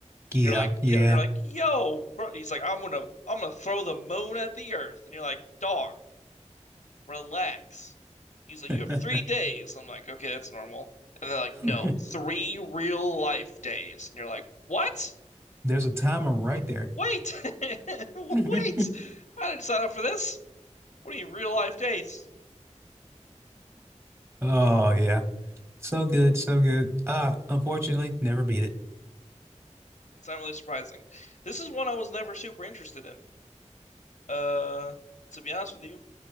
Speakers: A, on the right; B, on the left.
A: Yeah,
B: And you're like, yeah,
A: yeah.
B: you're like, yo, bro. He's like, I'm gonna, I'm gonna throw the moon at the earth. And you're like, dog, relax. He's like, you have
A: <laughs>
B: three days. I'm like, okay, that's normal. And they're like, no,
A: <laughs>
B: three real life days. And you're like, what?
A: There's a timer right there.
B: Wait, <laughs> wait,
A: <laughs>
B: I didn't sign up for this. What do you mean real life days?
A: Oh yeah. So good, so good. Ah, unfortunately, never beat it.
B: It's not really surprising. This is one I was never super interested in. Uh, to be honest with you,